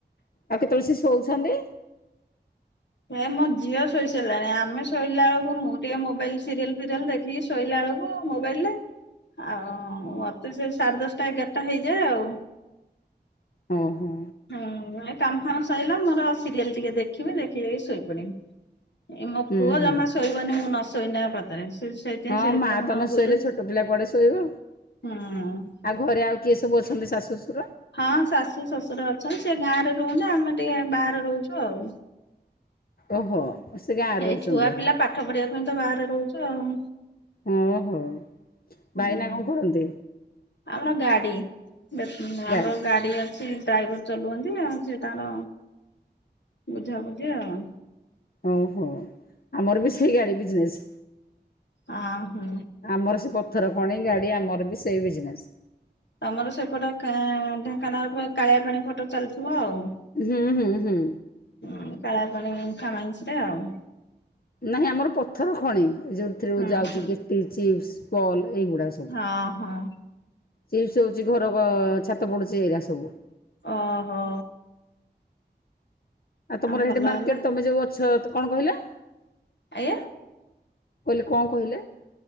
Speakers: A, on the left; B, on the left.
A: ଆଉ କେତେବେଳେ ସେ ଶୋଉଛନ୍ତି?
B: ହେ ମୋ ଝିଅ ଶୋଇ ସାରିଲାଣି ଆମେ ଶୋଇଲା ଓଳକୁ ମୁଁ ଟିକେ ମୋବାଇଲ୍ ସିରିଏଲ୍ ଫିରିଏଲ୍ ଦେଖେ। ଟିକେ ଶୋଇଲାା ବେଳକୁ ମୋବାଇଲ୍ ରେ। ଆଉ ମତେ ସେ ସାଢେ ଦଶଟା ଏଗାରଟା ହେଇଯାଏ ଆଉ।
A: ହଁ ହଁ।
B: ହୁଁ କାମ ଫାମ ସରିଲା ମୋର ସିରିଏଲ୍ ଟିକେ ଦେଖିବି ଦେଖିଦେଇକି ଶୋଇପଡିମି। ଏ ମୋ
A: ହୁଁ
B: ପୁଅ
A: ହୁଁ।
B: ଜମା ସୋଇବନି ମୁଁ ନ ସୋଇନେ ତା ପା ସେ ସେ
A: ହଁ
B: ସେ
A: ମା
B: ହଣ
A: ତ ନ
B: ଭୁଲ
A: ଶୋଇଲେ ଛୋଟ ପିଲା କୁଆଡେ ଶୋଇବ।
B: ହୁଁ <unintelligible>
A: ଆଉ ଘରେ ଆଉ କିଏ ସବୁ ଅଛନ୍ତି ଶାଶୁ ଶଶୁର?
B: ହଁ ଶାଶୁ ଶଶୁର ଅଛନ୍ତି ସେ ଗାଁରେ ରୁହନ୍ତି ଆମେ ଟିକେ ବାହାରେ ରହୁଛୁ ଆଉ।
A: ଓହୋ। ସେ ଗାଁରେ
B: ଏଇ
A: ରହୁଛନ୍ତି
B: ଛୁଆ ପିଲା ପାଠ ପଢିବା ପାଇଁ ତ ବାହାରେ ରହୁଛୁ ଆଉ।
A: ଓ ହୋ
B: ହୁଁ
A: ଭାଇନା କଣ କରନ୍ତି?
B: ଆମର ଗାଡି ଆମର
A: ଗାଡ଼ି
B: ଗାଡି ଅଛି ଡ୍ରାଇଭର୍ ଚଲୁ ଅନ୍ତି ଆଉ ସିଏ ତାର ବୁଝାବୁଝି ଆଉ।
A: ଓହୋ ଆମର ବି ସେଇ ଗାଡି ବିଜନେସ୍।
B: ଅ ହୋଁ।
A: ଆମର ସେ ପଥର ଖଣି ଗାଡି ଆମର ବି ସେଇ ବିଜନେସ୍।
B: ତମର ସେପଟେ କା ଢେଙ୍କାନାଳ କାଳିଆ ପାଣି ପଟ ଚାଲିଥିବ ଆଉ।
A: ହୁଁ ହୁଁ ହୁଁ।
B: ହୁଁ କାଳିଆ ପାଣି ଇମ୍ଫା ମାଇନସ୍ ରେ ଆଉ।
A: ନାହିଁ ଆମର ପଥର ଖଣି ଯୋଉଥିରେ
B: ହୁଁ
A: ଯାଉଛି
B: ହୁଁ
A: ଗେଟି ଚିପ୍ସ ପଲ୍ ଏଇଗୁଡା ସବୁ।
B: ହଁ ହଁ।
A: ଚିପ୍ସ ହୋଉଛି ଘର ଛାତ ପଡୁଛି ଏଇରା ସବୁ।
B: ଅହୋ।
A: ଆଉ ତମର
B: ଭଲ
A: ହେଠି ମାର୍କେଟ୍
B: ହେଲା
A: ତମେ ଯୋଉ ଅଛ କଣ କହିଲ?
B: ଆଜ୍ଞା।
A: କହିଲେ କଣ କହିଲେ?